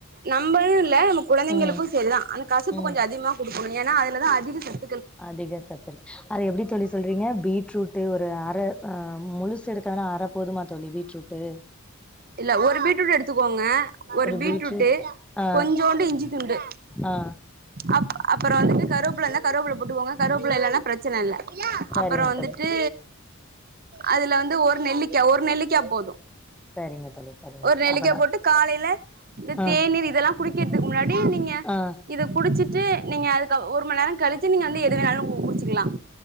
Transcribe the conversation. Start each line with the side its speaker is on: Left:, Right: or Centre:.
Right: நம்பனு இல்ல அ குழந்தைங்கக்கும்
Centre: ம்
Right: செரி தா அந்த கசப்பு
Centre: ம்
Right: கொஞ்சம் அதிகமாக குடுக்கணும் ஏன்னா அதுல தா அதிக ச
Centre: அதிக சத்துருக்க அது எப்டி தோழி சொல்றீங்க பீட்ரூ ட்டு ஒரு அரை முழுசு எடுக்கவேனா அரை போதுமா தோழி பீட்ரூட்டு
Right: இல்ல ஒரு பீட்ரூட்டு எடுத்துக்கோங்க ஒரு பீட்ரூட்டு்
Centre: பீட்ரூட் ஆ
Right: கொஞ்சோண்டு இஞ்சி துண்டு
Centre: ஆ
Right: அப் அப்றோ வந்துட்டு கருவப்புள்ள இருந்தா கருவப்புள்ள போட்டுக்கோங்க கருவப்புள்ள இல்லனா பிர ச்சனை இல்ல
Centre: சரிங்க
Right: அப்றோ வந்துட்டு
Centre: தோழி
Right: அதுல வந்து ஒரு நெல்லிக்கா ஒரு நெல்லிக்கா போதும்
Centre: சரிங்க தோழி சரிங்க
Right: ஒரு
Centre: தோழி
Right: நெல்லிக்கா
Centre: அப்ப நா
Right: போட்டு காலைல இந்த
Centre: ஆ
Right: தேநீர் இதெல்லாம் குடிக்கிறதுக்கு முன்னாடி நீங்க
Centre: ஆ
Right: இத குடிச்சிட்டு நீங்க அதுக்கு ஒரு மணி நேரம் கழிச்சு நீங்க வந்து எது வேணாலும் குடிச்சுக்கலாம்